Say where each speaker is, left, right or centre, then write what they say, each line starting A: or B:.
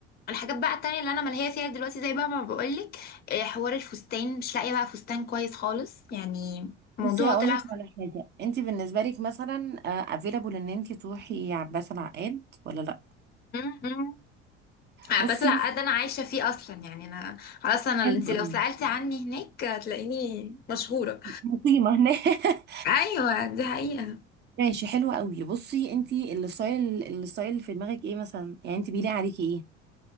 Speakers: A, on the left (about 30°); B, on the right (about 30°).
A: الحاجات بقى التانية اللي انا ملهية فيها دلوقتي زي بقى ما بقولك آه، حوار الفستان مش لاقية بقى فستان كويس خالص يعني موضوع
B: بصي هقول
A: طلع
B: لك على حاجة انت بالنسبة لك مثلا افيلابل ان انت تروحي عباس العقاد ولا لا
A: <laughs> آه،
B: بصي
A: بس لا ده انا عايشه فيه اصلا يعني انا خلاص انا
B: حلو
A: انت
B: قوي
A: لو سالتي عني هناك هتلاقيني مشهوره
B: مقيمة هناك <laughs>
A: ايوه دي حقيقه
B: ماشي حلوة قوي بصي انت الستايل الستايل اللي في دماغك ايه مثلا يعني انت بيليق عليكي ايه